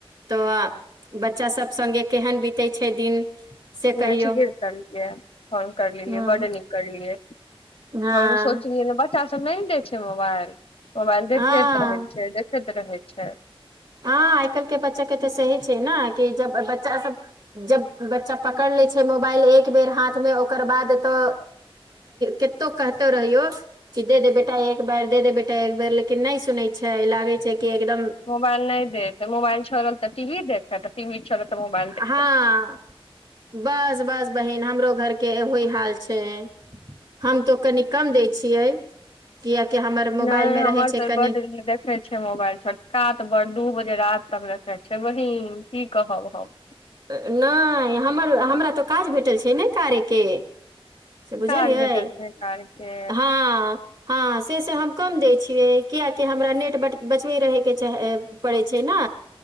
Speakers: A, on the right; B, on the left.
A: तऽ बच्चा सब सगे केहन बीते छै दिन से कहियौ
B: ह ठीके करलियै फोन कर लेलियै
A: हँ
B: बड नीक करलियै हमे
A: हँ
B: तऽ सोचलियै ने ब अच्छा सब नहि दै छै मोबाइल मोबाइल
A: हँ
B: देखैत रहैैत छैय देखैत रहै छै
A: हँ आइ काल्हि के बच्चा के तऽ सही छै ने कि जब बच्चा सब जब बच्चा पकड़ लै छै मोबाइल एक बेर हाथ मे ओकर बाद तऽ कतो कतो रहीयो किधे दे बैठे एक बार दे बेटा एक बार लेकिन नहि सुनै छै लागै छै कि एकदम
B: मोबाइल नहि दैत मोबाइल चलल तऽ टी वी देखत टी वी चलत तऽ मोबाइल देखत
A: हँ बस बस बहिन हमरो घरके ओहि हाल छै हम तो कनि कम दै छियै कियकि हमर मोबाइल
B: नहि
A: मे
B: हमर
A: रहै छै
B: त
A: कनि
B: बड देखने छ मोबाइल छोटका तऽ बडडूज जे रति तक रखे छै बहीन की कहब हम
A: नहि हमर हमरा तऽ काज भेटल छै नहि कारयके से बुझलियै
B: काज भेटल छै काज के
A: हँ हँ से से हम कम देय छियै कियाकि हमरा नेट बचबे रहे के रहये पड़े छै ने